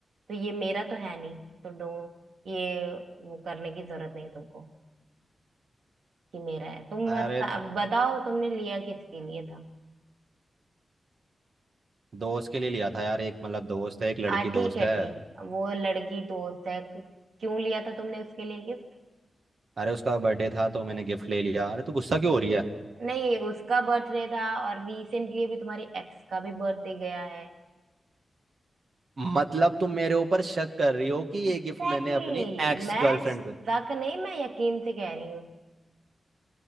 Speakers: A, on the right; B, on the right.
A: तो ये मेरा तो है नहीं तो डो ये वो करने की जरूरत नहीं तुमको कि मेरा है तुम
B: अरे
A: बस अब बताओ तुमने लिया किसके लिए था
B: दोस्त के लिए लिया था यार एक मतलब दोस्त है एक लड़की
A: आ
B: दोस्त
A: ठीक है
B: है
A: ठीक वो लड़की दोस्त है क्यों लिया था तुमने उसके लिए गिफ्ट
B: अरे उसका बर्थडे था तो मैंने गिफ्ट ले लिया अरे तू गुस्सा क्यों हो रही है
A: नहीं उसका बर्थडे था और रिसेंटली अभी तुम्हारी एक्स का भी बर्थडे गया है
B: मतलब तुम मेरे ऊपर शक कर रही हो कि
A: Exactly
B: ये गिफ्ट मैंने अपनी
A: exactly.
B: एक्स
A: मैं
B: गर्लफ्रेंड को
A: शक नहीं मैं यकीन से कह रही हूँ